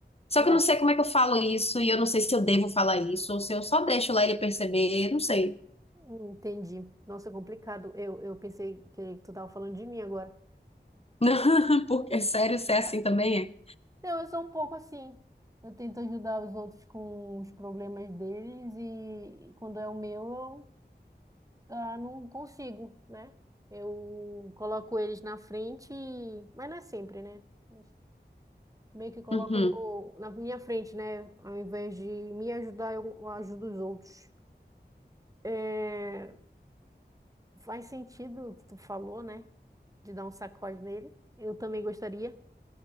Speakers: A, on the left (about 35°); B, on the right (about 20°).
A: Só
B: Não,
A: que eu não sei como é que eu falo isso e eu não sei se eu devo falar isso ou se eu só deixo lá ele perceber, não sei.
B: hum, entendi. Nossa, é complicado. Eu, eu pensei que tu tava falando de mim agora.
A: <laughs> Porque é sério, se é assim também
B: Não, eu sou um pouco assim. Eu tento ajudar os outros com os problemas deles e quando é o meu, eu ah, não consigo, né? Eu coloco eles na frente, e- mas não é sempre, né? Mas Meio que coloco
A: é. Uhum.
B: no, na minha frente, né? Ao invés de me ajudar, eu ajudo os outros. É, faz sentido o que tu falou, né? De dar um sacode nele. Eu também gostaria,